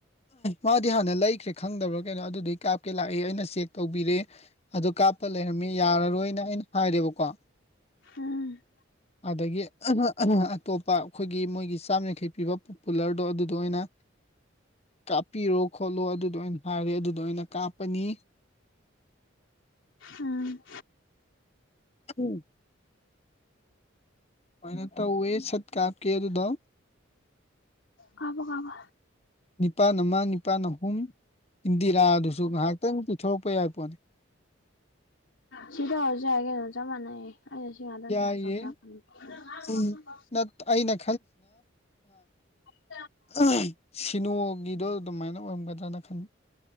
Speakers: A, on the left; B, on the left.
A: ꯃꯥꯗꯤ ꯍꯥꯟꯅ ꯂꯩꯈ꯭ꯔꯦ ꯈꯪꯗꯕ꯭ꯔꯥ ꯀꯩꯅꯣ ꯑꯗꯨꯗꯩ ꯀꯥꯞꯀꯦ ꯂꯥꯛꯏ ꯑꯩꯅ ꯆꯦꯛ ꯇꯧꯕꯤꯔꯦ ꯑꯗꯨ ꯀꯥꯞꯄ ꯂꯩꯔꯝꯃꯤ ꯌꯥꯔꯔꯣꯏꯅ ꯑꯩꯅ ꯍꯥꯏꯔꯦꯕꯀꯣ
B: ꯎꯝ
A: ꯑꯗꯒꯤ ꯑꯇꯣꯞꯄ ꯑꯩꯈꯣꯏꯒꯤ ꯃꯣꯏꯒꯤ ꯆꯥꯝ ꯌꯥꯡꯈꯩ ꯄꯤꯕ ꯀꯨꯂ꯭ꯔꯗꯣ ꯑꯗꯨꯗꯣ ꯑꯣꯏꯅ ꯀꯥꯞꯄꯤꯔꯣ ꯈꯣꯠꯂꯣ ꯑꯗꯨꯗꯣ ꯑꯣꯏꯅ ꯍꯥꯏꯔꯦ ꯑꯗꯨꯗꯣ ꯑꯣꯏꯅ ꯀꯥꯞꯄꯅꯤ
B: ꯎꯝ
A: ꯍꯨꯝ ꯑꯃꯥꯏꯅꯦ ꯇꯧꯋꯦ ꯁꯠ ꯀꯥꯞꯀꯦ ꯑꯗꯨꯗꯣ
B: ꯀꯥꯞꯄꯣ ꯀꯥꯞꯄꯣ
A: ꯅꯤꯄꯥꯟ ꯑꯃ ꯅꯤꯄꯥꯥꯟ ꯑꯍꯨꯝ ꯏꯟꯗꯤꯔꯥꯗꯨꯁꯨ ꯉꯥꯏꯍꯥꯛꯇꯪ ꯄꯤꯊꯣꯔꯛꯄ ꯌꯥꯏ ꯄꯣꯠꯅꯤ
B: ꯁꯤꯗ ꯇꯧ ꯔꯁꯨ ꯌꯥꯏ ꯀꯩꯅꫭ ꯆꯥꯞ ꯃꯥꯟꯅꯤꯏꯌꯦ ꯑꯩꯅ ꯁꯤ ꯉꯥꯗꯪ
A: ꯌꯥꯏꯌꯦ
B: ꯆꯥꯁ ꯇꯧꯁꯤꯔ ꯈꯪꯟꯕ
A: ꯎꯝ ꯅꯠ ꯑꯩꯅ
B: <unintelligible>
A: ꯑꯥ <unintelligible> ꯁꯤꯅꯣꯒꯤꯗꯣ ꯑꯗꯨꯃꯥꯏꯅ ꯑꯣꯏꯔꯝꯒꯗ꯭ꯔꯅ ꯈꯟ